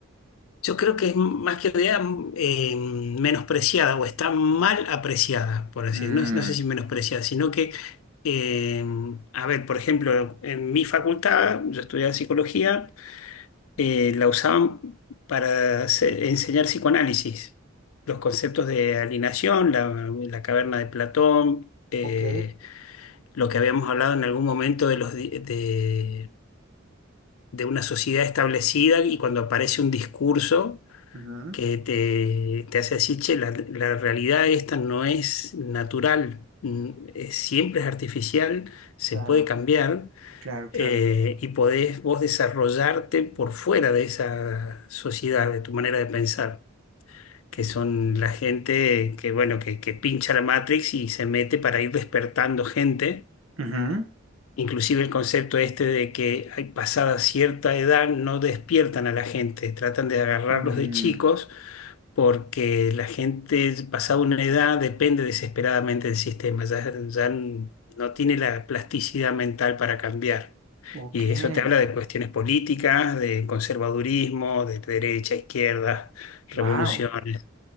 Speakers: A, on the left; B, on the right.
A: Yo creo que es más que idea mm, eh, menospreciada o está mal apreciada, por así
B: Mm,
A: decirlo. No, no sé si menospreciada, sino que, eh, a ver, por ejemplo, en mi facultad, yo estudiaba psicología, eh, la usaban para hacer- enseñar psicoanálisis, los conceptos de alineación, la, la caverna de Platón, eh,
B: ok.
A: lo que habíamos hablado en algún momento de los, di- de, de una sociedad establecida y cuando aparece un discurso
B: Ujú,
A: que te, te hace decir, che, la, la realidad esta no es natural, mm, es- siempre es artificial, se
B: Claro,
A: puede cambiar
B: claro, claro.
A: eh, y podés vos desarrollarte por fuera de esa sociedad, de tu manera de pensar, que son la gente que, bueno, que, que pincha la Matrix y se mete para ir despertando gente.
B: Ujú,
A: Inclusive el concepto este de que hay pasada cierta edad no despiertan a la gente, tratan de agarrarlos
B: mm,
A: de chicos porque la gente pasada una edad depende desesperadamente del sistema, ya, ya no tiene la plasticidad mental para cambiar.
B: ok.
A: Y eso te habla de cuestiones políticas, de conservadurismo, de derecha, izquierda, revoluciones.
B: Wow.